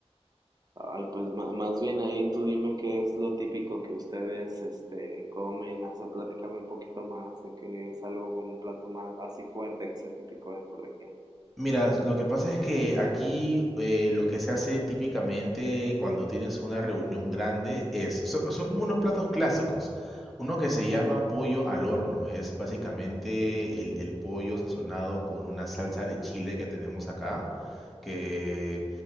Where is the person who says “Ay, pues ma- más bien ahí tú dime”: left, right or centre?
Right